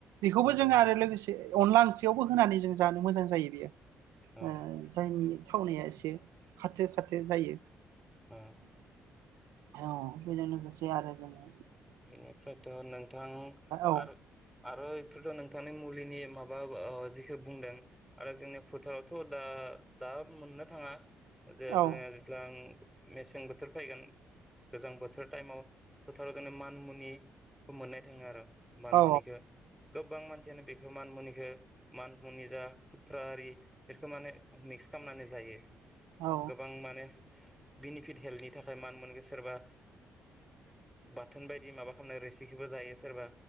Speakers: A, on the right; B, in the centre.
A: बेखौबो
B: नंगौ
A: जों
B: नंगौ
A: आरो लोगोसे अनला ओंख्रियावबो होनानै जों जानो मोजां जायो बेयो।
B: अ
A: ओ जायनि थावनाया खाथो खाथो जायो।
B: औ।
A: औ बेजों लोगोसे आरो जोंङो।
B: बेनिफ्रायथ नोंथां
A: औ
B: आरो आरो बेफोरथनोंथांनि मुलिनि माबा जिखौ बुंदों आरो जोंनि फोथारावथ' दा दा मोननो थांङा। <inaudible> मेसें
A: औ
B: बोथोर फैगोन गोजां बोथोर टाइमाव फोथाराव जों मानि मुनि मोननो थांङो आरो मानि
A: औ
B: मुनिखौ गोबां मानसियानो बेखौ मानि मुनिखौ मानि मुनिजा खुथ्रा आरि बेफोरखौ माने मिक्स खालामनानै जायो
A: औ
B: गोबां माने बेनिफिट हेल्थनि थाखाय मा होनगोन सोरबा बाथोन बायदि माबा खालामनाय रोसिखिबो जायो सोरबा।